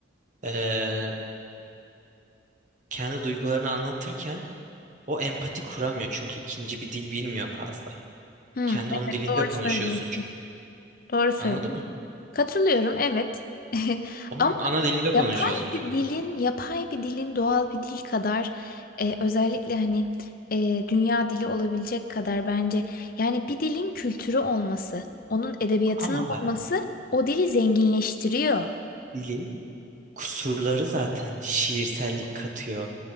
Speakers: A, on the right (about 40°); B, on the left (about 50°).
A: eee, kendi duygularını anlatırken O empati kuramıyor çünkü ikinci bir dil bilmiyor fazla.
B: Hı,
A: Kendi
B: evet
A: onun dilinde
B: doğru
A: konuşuyorsun
B: söylüyorsun.
A: çünkü.
B: Doğru söylüyorsun.
A: Anladın mı?
B: Katılıyorum, evet. <laughs>
A: Onun
B: Ama
A: ana dilinde konuşuyorsun
B: yapay
A: çünkü.
B: bir dilin, yapay bir dilin doğal bir dil kadar e, özellikle hani e, dünya dili olabilecek kadar bence yani bir dilin kültürü olması, onun edebiyatının
A: Ama bak
B: olması o dili zenginleştiriyor.
A: dilin kusurları zaten şiirsellik katıyor.